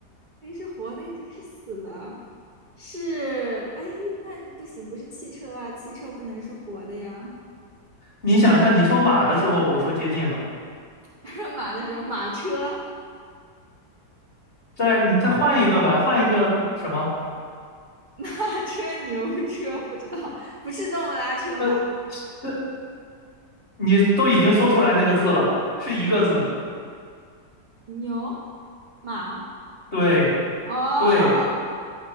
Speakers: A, on the right; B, on the left.
A: 可以是活的，也可以是死的，是，哎，那不行，不是汽车啊，汽车不能是活的呀。
B: 你想一下，你说马的时候，我说接近了，
A: <laughs> 马的时候，马车
B: 再你再换一个呗，换一个什么？
A: <laughs> 马车、牛车不知道，不是动物拉车吧？
B: 呃，这你都已经说出来那个字了，是一个字，
A: 牛、马，
B: 对
A: 哦，
B: 对，